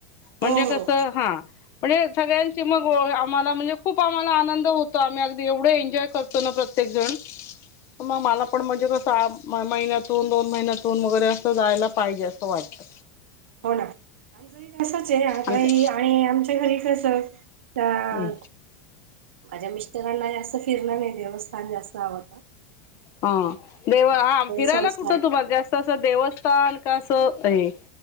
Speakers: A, on the left; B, on the right.
A: म्हणजे
B: हो
A: कस हां. म्हणजे सगळ्यांची मग आम्हाला म्हणजे खूप आम्हाला आनंद होतो आम्ही अगदी एवढ एन्जॉय करतो. तो ना प्रत्येक जण. मग मला पण म्हणजे कस आज महिन्यातून दोन महिन्यातून. जायला पाहिजे अस वाटत.
B: आमचही तसच आहे आता
A: आमच्या
B: आणि आमच्या घरी कस तर.
A: हम्म.
B: माझ्या मिस्टरांना जास्त फिरण नाही देवस्थान जास्त आवडत.
A: हां देव हां फिरायला
B: संस्कार
A: कुठ तुम्हाला जास्त तस देवस्थान का अस आहे